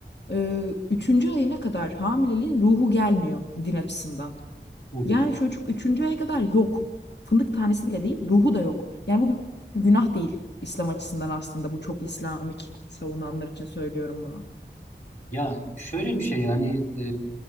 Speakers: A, on the left; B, on the left.
A: e, üçüncü ayına kadar hamileliğin ruhu gelmiyor din açısından.
B: hı hı.
A: Yani çocuk üçüncü aya kadar yok. Fındık tanesi bile değil, ruhu da yok. Yani bu bir günah değil. İslam açısından aslında bu çok İslamik savunanlar için söylüyorum bunu.
B: Ya şöyle bir şey yani e,